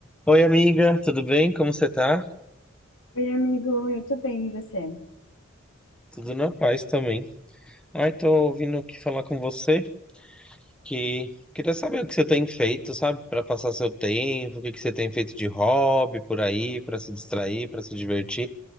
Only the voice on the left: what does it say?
Oi, amigo, eu tô bem, e você?